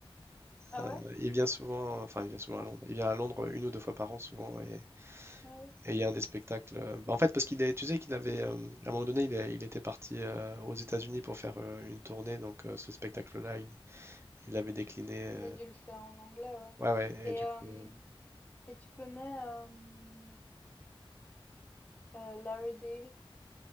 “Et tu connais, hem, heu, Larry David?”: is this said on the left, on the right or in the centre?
Left